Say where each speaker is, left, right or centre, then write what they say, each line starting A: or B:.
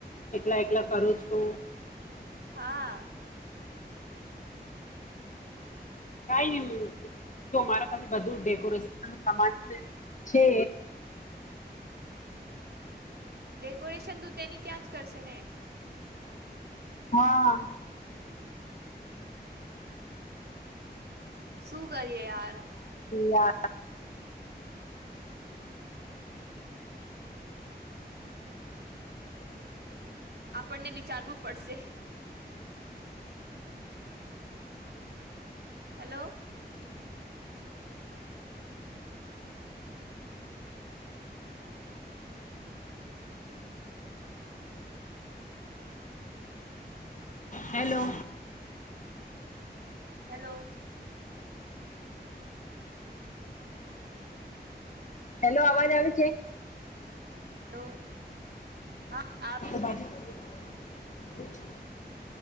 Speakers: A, on the left; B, on the right.
A: એકલા એકલા કરો છો.
B: <inaudible>
A: કઈ જો મારા પાસે બુ ડેકોરેશન સામાન છે.
B: ડેકોરેશન તું તેની ત્યાં જ કરશે ને
A: હા
B: શું કરીએ યાર
A: યા
B: આપણને વિચારવું પડશે હેલો
A: હેલો
B: હેલો
A: હેલો અવાજ આવે છે
B: હેલો હા આવતી છે
A: બા <inaudible> બછ